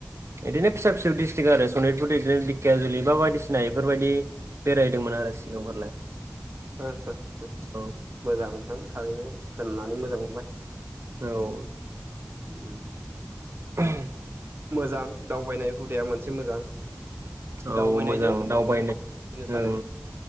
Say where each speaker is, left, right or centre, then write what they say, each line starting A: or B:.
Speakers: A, on the right; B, on the right.
A: बिदि फिसा फिसौ डस्ट्रिक आरो सनितपुर बिदिनो दिखिया जुलि बा बायदिसिना बेफोरबायदि बेरायदोंमोन आरो सिगांफोरलाय
B: हो हो हो
A: औ
B: मोजां नोंथां थारैनो होननानै मोजां मोनबाय
A: औ
B: उम
A: <unintelligible>
B: मोजां दावबायनाय हुदाया मोनसे मोजां
A: औ
B: दावबायनायजों
A: मोजां दावबायनो
B: आरजिनो सानो
A: औ